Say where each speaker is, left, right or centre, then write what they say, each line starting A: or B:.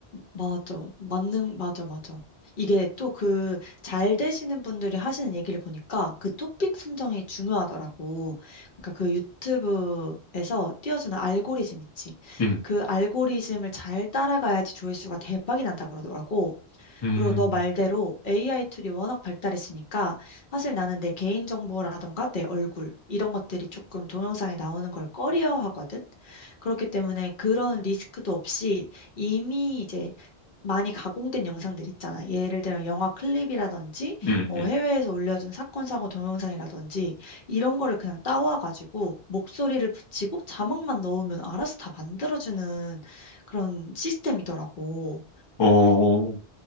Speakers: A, on the left; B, on the left.
A: 맞아. 맞는, 맞아, 맞아. 이게 또 그 잘 되시는 분들이 하시는 얘기를 보니까 그 토픽 선정이 중요하더라고. 그러니까 그 유튜브에서 띄워주는 알고리즘 있지.
B: 음,
A: 그 알고리즘을 잘 따라가야지 조회수가 대박이 난다 그러더라고.
B: 음,
A: 그리고 너 말대로 AI 툴이 워낙 발달했으니까 사실 나는 내 개인정보라던가 내 얼굴 이런 것들이 조금 동영상에 나오는 걸 꺼려하거든. 그렇기 때문에 그런 리스크도 없이 이미 이제 많이 가공된 영상들 있잖아. 예를 들면 영화 클립이라든지
B: 음,
A: 뭐
B: 음.
A: 해외에서 올려준 사건 사고 동영상이라든지 이런 거를 그냥 따와가지고 목소리를 붙이고 자막만 넣으면 알아서 다 만들어주는 그런 시스템이더라고.
B: 어,